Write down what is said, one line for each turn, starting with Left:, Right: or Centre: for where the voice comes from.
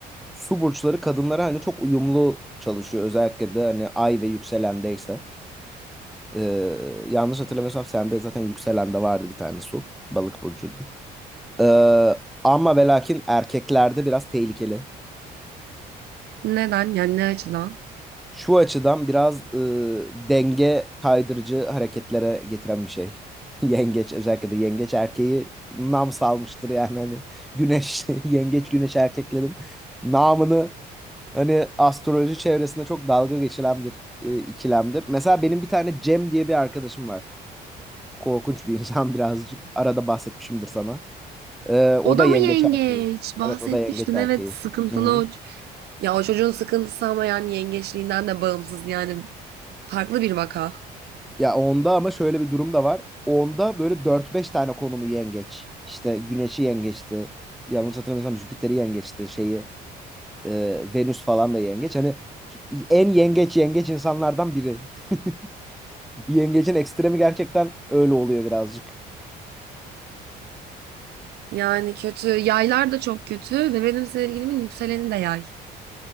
Centre: Su burçları kadınlara hani çok uyumlu çalışıyor. Özellikle de hani ay ve yükselendeyse. E, yanlış hatırlamıyorsam sende zaten yükselende vardı bir tane su. Balık burcuydun. E, ama ve lakin erkeklerde biraz tehlikeli.
Right: Neden? Yani ne açıdan?
Centre: Şu açıdan biraz e, denge kaydırıcı hareketlere getiren bir şey. <laughs> Yengeç özellikle de yengeç erkeği nam salmıştır yani hani güneş <laughs> yengeç güneş erkeklerin namını hani astroloji çevresinde çok dalga geçilen bir e, ikilemdir. Mesela benim bir tane Cem diye bir arkadaşım var. Korkunç bir insan <laughs> birazcık. Arada bahsetmişimdir sana. E, o
Right: O
Centre: da
Right: da
Centre: yengeç
Right: mı yengeç?
Centre: erkeği.
Right: Bahsetmiştin.
Centre: Evet o da yengeç erkeği.
Right: Evet sıkıntılı
Centre: Hı hı.
Right: o. Ya o çocuğun sıkıntısı ama yani yengeçliğinden de bağımsız. Yani farklı bir vaka.
Centre: Ya onda ama şöyle bir durum da var. Onda böyle dört beş tane konumu yengeç. İşte Güneş'i yengeçti. Yanlış hatırlamıyorsam Jüpiter'i yengeçti. Şeyi e, Venüs falan da yengeç. Hani en yengeç yengeç insanlardan biri. <laughs> Yengecin ekstremi gerçekten öyle oluyor birazcık.
Right: Yani kötü. Yaylar da çok kötü ve benim sevgilimin yükseleni de yay.